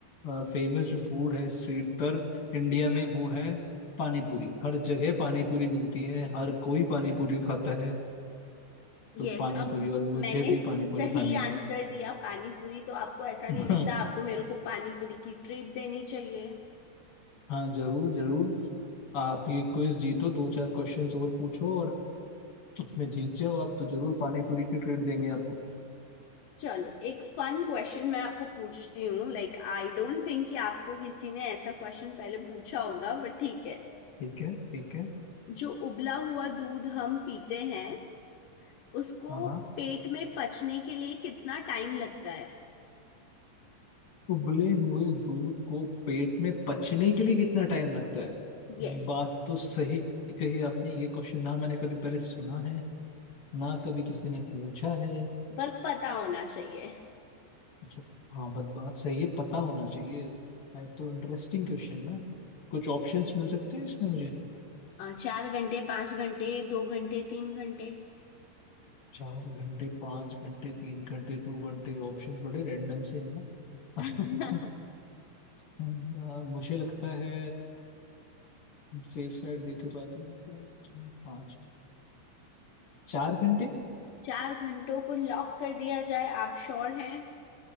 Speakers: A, on the left (about 35°); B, on the left (about 75°).
A: फेमस जो फूड है स्ट्रीट पर इंडिया में वो है पानी पूरी हर जगह पानी पूरी मिलती है हर कोई पानी पूरी खाता है तो
B: यस
A: पानी
B: अब
A: पूरी और मुझे
B: मैंने
A: भी
B: सही
A: पानी पूरी खानी
B: आंसर दिया पानी पूरी तो आपको ऐसा नहीं
A: है
B: लगता
A: <laughs>
B: आपको मेरे को पानी पूरी की ट्रीट देनी चाहिए
A: हाँ जरूर जरूर आप ये क्विज जीतो दो चार क्वेश्चंस और पूछो और उसमें जीत जाओ आप तो जरूर पानी पूरी की ट्रीट देंगे आपको
B: चलो एक फन क्वेश्चन मैं आपको पूछती हूँ लाइक आई डोंट थिंक कि आपको किसी ने ऐसा क्वेश्चन पहले पूछा होगा बट ठीक है
A: ठीक है ठीक है
B: जो उबला हुआ दूध हम पीते हैं उसको
A: हाँ हाँ
B: पेट में पचने के लिए कितना टाइम लगता है
A: उबले हुए दूध को पेट में पचने के लिए कितना टाइम लगता है
B: यस
A: बात तो सही कही आपने ये क्वेश्चन ना मैंने कभी पहले सुना है ना कभी किसी ने पूछा है
B: पर पता होना चाहिए
A: अच्छा हाँ बात बात सही है पता होना चाहिए है तो इंटरेस्टिंग क्वेश्चन ना कुछ ऑप्शंस मिल सकते हैं इसमें मुझे
B: अ, चार घंटे पांच घंटे दो घंटे तीन घंटे
A: चार घंटे पांच घंटे तीन घंटे दो घंटे ऑप्शंस बड़े रैंडम से है ना <laughs>
B: <laughs>
A: अ, मुझे लगता है सेफ साइड देखे तो आई थिंक पाँच चार घंटे
B: चार घंटों को लॉक कर दिया जाए आप श्योर हैं